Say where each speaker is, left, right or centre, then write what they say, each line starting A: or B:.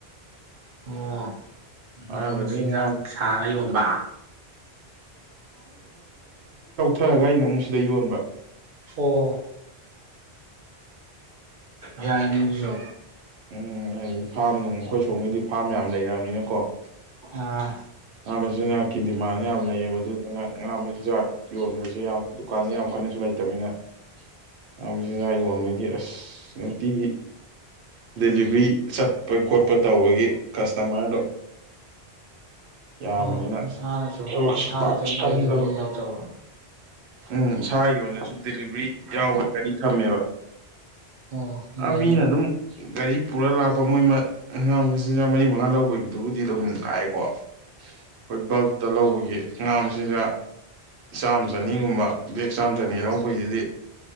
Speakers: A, on the right; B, on the right.
A: ꯑꯥ ꯉꯥ
B: ꯑꯗꯨꯗꯒꯤ
A: ꯃꯆꯤꯟꯖꯥꯛ
B: ꯉꯥ
A: ꯁꯥꯔ ꯌꯣꯟꯕ
B: ꯐꯔꯒ ꯑꯩꯅ ꯑꯃꯨꯛ ꯁꯤꯗ ꯌꯣꯟꯕ
A: ꯑꯣ ꯌꯥꯥꯏꯅꯦ ꯑꯗꯨꯁꯣ
B: ꯎꯝ ꯍꯥꯏ ꯐꯥꯝ ꯅꯨꯡ ꯑꯩꯈꯣꯏ ꯁꯣꯝꯒꯤꯗꯤ ꯐꯥꯔꯝ ꯌꯥꯝ ꯂꯩꯅꯕꯅꯤꯅꯀꯣ <inaudible>
A: ꯑꯥ
B: ꯉꯥ ꯃꯆꯤꯟꯖꯥꯛꯀꯤ ꯗꯤꯃꯥꯟ ꯌꯥꯝ ꯂꯩꯌꯦꯕ ꯑꯗꯨꯗꯨꯅ ꯉꯥ ꯃꯆꯤꯟꯖꯥꯛ ꯌꯣꯟꯕꯁꯦ ꯌꯥꯝ ꯗꯨꯀꯥꯟꯁꯦ ꯌꯥꯝ ꯀꯟꯅꯁꯨ ꯂꯩꯇꯝꯅꯤꯅ ꯉꯥ ꯃꯆꯤꯟꯖꯥꯛ ꯌꯣꯟꯕꯒꯤ ꯑꯁ ꯅꯨꯪꯇꯤ ꯗꯦꯂꯤꯚꯔꯤ ꯆꯠꯄ ꯈꯣꯠꯄ ꯇꯧꯕꯒꯤ ꯀꯁꯇꯃꯔꯗꯣ ꯌꯥꯝꯕꯅꯤꯅ
A: ꯑꯣ ꯏꯁꯁꯥꯅꯁꯨ
B: ꯊꯕꯛꯁꯨ
A: ꯏꯁꯟꯁꯥꯅꯁꯨ
B: ꯄꯥꯛ ꯁꯪꯗꯕ
A: ꯗꯦꯂꯤꯕꯔꯤ ꯌꯥꯎꯖꯕ
B: ꯎꯝ ꯏꯁꯥꯒꯤ ꯑꯣꯏꯅꯁꯨ ꯗꯤꯂꯤꯚꯔꯤ ꯌꯥꯎꯕ ꯀꯔꯤ ꯊꯝꯃꯦꯕ
A: ꯑꯣ
B: ꯑ
A: ꯌꯥꯏꯅꯦ
B: ꯃꯤꯅ ꯑꯗꯨꯝ ꯒꯥꯔꯤ ꯄꯨꯔ ꯂꯥꯛꯄ ꯃꯣꯏ ꯑꯉꯥꯡ ꯃꯆꯤꯟꯖꯥꯛ ꯃꯔꯤ ꯃ ꯉꯥ ꯂꯧꯕꯩꯗꯨꯗꯤ ꯑꯗꯨꯝ ꯂꯥꯛꯑꯦꯀꯣ ꯑꯩꯈꯣꯏ ꯕꯜꯇ ꯂꯧꯕꯒꯤ ꯉꯥ ꯃꯆꯤꯟꯖꯥꯛ ꯆꯥꯝꯃ ꯆꯅꯤꯒꯨꯝꯕ ꯕꯦꯛ ꯆꯥꯝꯊꯅꯤ ꯂꯧꯕꯩꯁꯤꯗꯤ